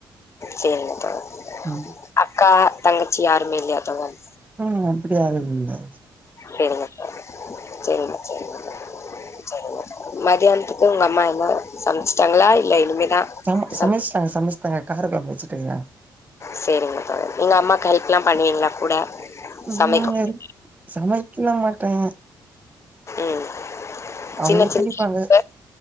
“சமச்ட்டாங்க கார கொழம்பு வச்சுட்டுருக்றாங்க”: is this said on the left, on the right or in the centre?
Right